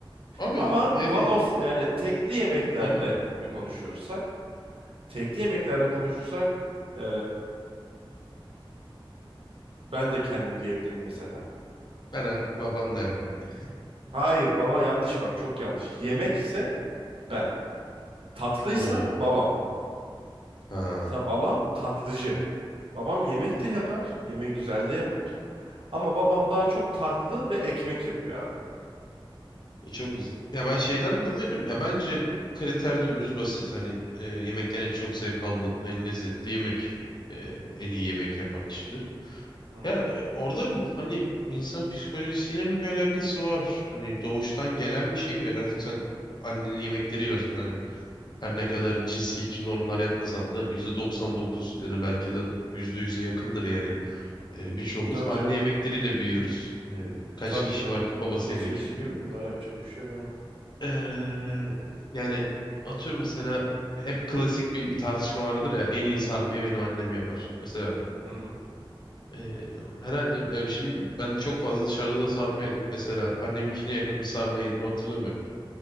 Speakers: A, on the left (about 50°); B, on the right (about 85°).
A: Abi
B: Ama one
A: yani
B: of yani tekli yemeklerde
A: hı hı.
B: mi konuşuyorsak? Tekli yemeklerde konuşursak e, ben de kendim diyebilirim mesela.
A: Ben baban derdim ya.
B: Hayır baba yanlış bak çok yanlış. Yemekse ben. Tatlıysa
A: Oo.
B: babam.
A: Ha.
B: Ta babam tatlıcı. Babam yemek de yapar. Yemeği güzel de yapar. Ama babam daha çok tatlı ve ekmek yapıyor abi.
A: E, çok güzel. Ya ben şeyden dolayı diyorum. Ya bence kriter dümdüz basit. Hani e, yemekten en çok zevk aldın. En lezzetli yemek. e, en iyi yemek yapan kişidir.
B: Hı.
A: Ya e, orada hani insan psikolojisiyle mi bir alakası var? Hani doğuştan gelen bir şey mi? Artık sen annenin yemekleriyle hani her ne kadar cinsiyetçi normlar yapmasam da %99 ya da belki de %100'e yakındır yani. E, birçoğumuz
B: Tabii
A: anne
B: canım.
A: yemekleriyle büyüyoruz. Hani kaç
B: Tabii
A: kişi
B: canım.
A: var ki babası
B: Cinsiyetçilik
A: yemek yapıyor?
B: yok bunda. Yapacak bir şey yok. Aynen.
A: Eee, yani atıyorum mesela hep klasik bir tartışma vardır ya en iyi sarmayı benim annem yapar. Mesela
B: Hı
A: eee, herhalde e, şimdi ben çok fazla dışarıda da sarma yedim. Mesela anneminkine yakın bir sarma yedim hatırlamıyorum.